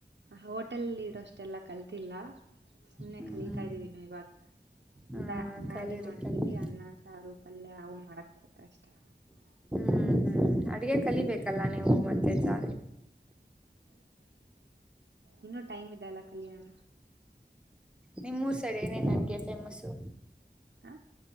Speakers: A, on the right; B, in the centre.
A: ಹೋಟೆಲ್ಲಿ ಇಡೋಷ್ಟೆಲ್ಲಾ ಕಲ್ತಿಲ್ಲ ಸುಮ್ನೆ
B: ಹ್ಮ್
A: ಕಲಿತಾ ಇದ್ದೀವಿ ಇನ್ನು ಇವಾಗ
B: ಹ್ಮ
A: ಬ್ಯಾ ಮ್ಯಾಗಿ
B: ಕಲೀರಿ
A: ಮಾಡ್ತೀವಿ
B: ಕಲೀರಿ
A: ಅನ್ನ ಸಾರು ಪಲ್ಯ ಅವು ಮಾಡಕ್ ಬರುತ್ತೆ ಅಷ್ಟೇ ಹ
B: ಹ್ಞೂ ಹ್ಞೂ ಅಡುಗೆ ಕಲಿಬೇಕಲ್ಲ ನೀವು ಮತ್ತೆ ಜಾಲ
A: ಇನ್ನುೂ ಟೈಮ್ ಇದೆಲ್ಲ ಕಲಿಯಣ
B: ನಿಮ್ಮೂರ ಸೈಡ್ ಏನೇನ ಫೇಮಸ್ಸು
A: ಹಾ